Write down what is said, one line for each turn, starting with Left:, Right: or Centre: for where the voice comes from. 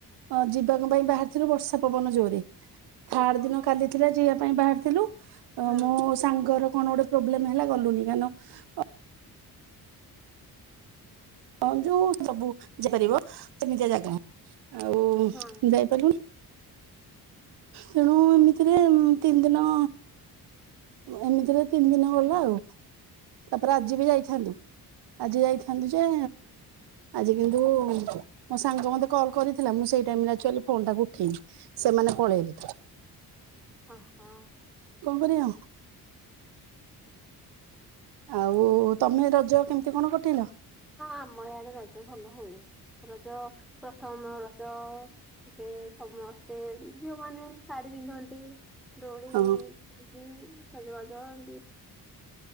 Right: ଅ- ଯିବାଙ୍କ ପାଇଁ ବାହାରିଥିଲୁ ବର୍ଷା ପବନ ଜୋରେ। ଥାଡ୍
Centre: ଅ ହଁ
Right: ଦିନ କାଲି ଥିଲା ଯିବା ପାଇଁ ବାହାରିଥିଲୁ ଅ-
Centre: ହଁ
Right: ମୋ ସାଙ୍ଗର କଣ ଗୋଟେ ପ୍ରୋବ୍ଲେମ୍ ହେଲା ଗଲୁନି କାରଣ ଅ ହଁ ଯଉ ସବୁ ଯାଇପାରିବ ସେମିତିଆ ଜାଗା ଆଉ
Centre: ହଁ
Right: ଯାଇପାରିଲୁନି। ତେଣୁ ଏମିତିରେ ତିନ୍ ଦିନ ଏମିତିରେ ତିନି ଦିନ ଗଲା ଆଉ ତାପରେ
Centre: ହୁଁ
Right: ଆଜି ବି ଯାଇ ଥାନ୍ତୁ ଆଜି ଯାଇଥାନ୍ତୁ ଯେ ଆଜି କିନ୍ତୁ ମ ସାଙ୍ଗ ମତେ କଲ୍ କରିଥିଲା ମୁଁ ସେଇ ଟାଇମ୍ ରେ ଆକ୍ଚୁଆଲି ଫୋନ୍ ଟାକୁ ଉଠେଇନି। ସେମାନେ ପଳେଇଲେ।
Centre: ଅହୋ।
Right: କଣ କରିବା ଆଉ। ଆଉ ତମେ ରଜ କେମିତି କଣ କଟେଇଲ?
Centre: ହଁ ଆମ ଏଆଡେ ରଜ ଭଲ ହୁଏ ରଜ ପ୍ରଥମ ରଜ ଏବେ ସମସ୍ତେ ଝିଅ ମାନେ ଶାଢୀ ପିନ୍ଧନ୍ତି ଦୋଳି ଖେଳିକି
Right: ହଁ
Centre: ସଜବାଜ ଏମିତି